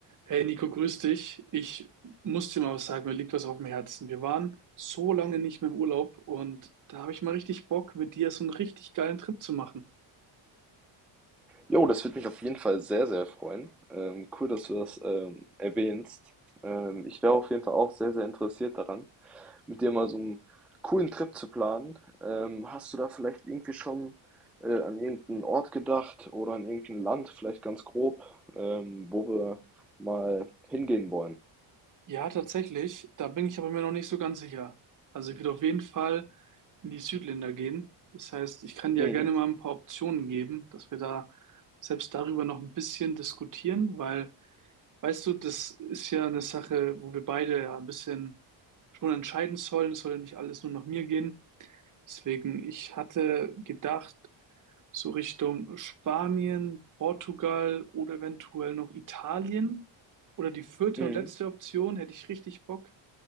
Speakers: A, on the right; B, in the centre.
A: Hey Nico, grüß dich. Ich muss dir mal was sagen, mir liegt was auf dem Herzen. Wir waren so lange nicht mehr im Urlaub und da habe ich mal richtig Bock, mit dir so einen richtig geilen Trip zu machen.
B: Jo, das würde mich auf jeden Fall sehr, sehr freuen. Ähm, cool, dass du das ähm, erwähnst. Ähm, ich wäre auf jeden Fall auch sehr, sehr interessiert daran, mit dir mal so einen coolen Trip zu planen. Ähm, hast du da vielleicht irgendwie schon äh, an irgendeinen Ort gedacht oder an irgendein Land, vielleicht ganz grob, ähm, wo wir mal hingehen wollen?
A: Ja, tatsächlich, da bin ich aber mir noch nicht so ganz sicher. Also ich würde auf jeden Fall in die Südländer gehen. Das heißt, ich kann dir
B: Mhm.
A: ja gerne mal ein paar Optionen geben, dass wir da selbst darüber noch ein bisschen diskutieren, weil Weißt du, das ist ja eine Sache, wo wir beide ja ein bisschen schon entscheiden sollen. Es soll ja nicht alles nur nach mir gehen. Deswegen, ich hatte gedacht, so Richtung Spanien, Portugal oder eventuell noch Italien. Oder die vierte
B: Mhm.
A: und letzte Option hätte ich richtig Bock,